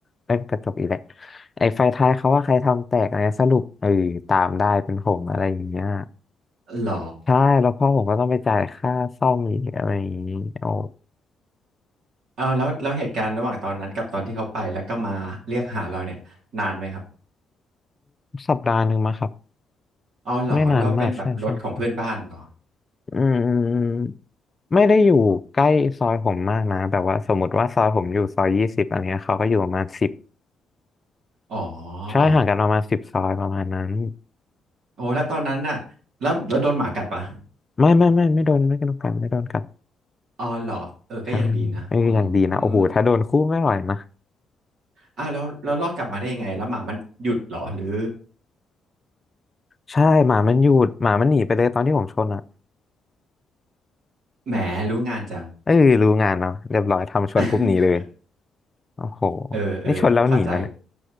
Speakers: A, on the left; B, on the right.
A: เอ้ยกระจกอีกแหละไอ้ไฟท้ายเขาว่าใครทำแตกอะไรสรุปเออตามได้เป็นผมอะไรอย่างเงี้ย
B: หรอ
A: ใช่แล้วพ่อผมก็ต้องไปจ่ายค่าซ่อมอีกอะไรอย่างงี้โอ้
B: เออแล้วแล้วเหตุการณ์ระหว่างตอนนั้นกับตอนที่เขาไปแล้วก็มาเรียกหาเราเนี่ยนานไหมครับ
A: สัปดาห์หนึ่งมาครับ
B: อ๋อเหรอแล้วเป็นแบบรถของเพื่อนบ้านเหรอ
A: ไม่นานมากใช่ใช่ใช่อืมอืมอืมไม่ได้อยู่ใกล้ซอยผมมากนะแบบว่าสมมติว่าซอยผมอยู่ซอยยี่สิบอะไรเงี้ยเขาก็อยู่ประมาณสิบ
B: อ๋อ
A: ใช่ห่างกันประมาณสิบซอยประมาณนั้น
B: อ๋อโอ้แล้วตอนนั้นน่ะแล้วแล้วโดนหมากัดปะ
A: ไม่ไม่ไม่ไม่โดนไม่โดนกันไม่โดนกัน
B: อ๋อเหรอเออก็ยังดีนะอื
A: ใช่เอออย่างดีนะโอ้โหถ้าโดนคู่ไม่ไหวนะ
B: มอ้าวแล้วแล้วรอดกลับมาได้ยังไงแล้วหมามันหยุดเหรอหรือ
A: ใช่หมามันหยุดหมามันหนีไปเลยตอนที่ผมชนอ่ะ
B: แหมรู้งานจัง
A: เอ้ยรู้งานเนาะเรียบร้อยทำชนปุ๊บหนีเลย
B: <laughs>
A: โอ้โห
B: เออเออเข้าใจ
A: นี่ชนแล้วหนีแล้วเนี่ย